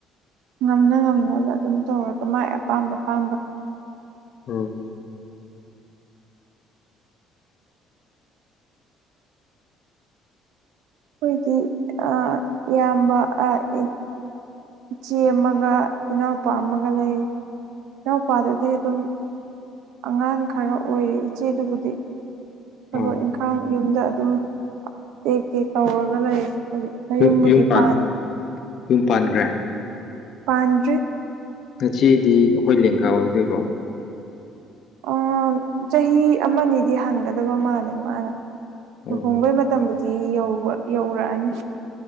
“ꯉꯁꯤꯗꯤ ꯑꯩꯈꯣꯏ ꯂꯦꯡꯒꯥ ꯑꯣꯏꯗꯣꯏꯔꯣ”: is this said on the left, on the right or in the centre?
Left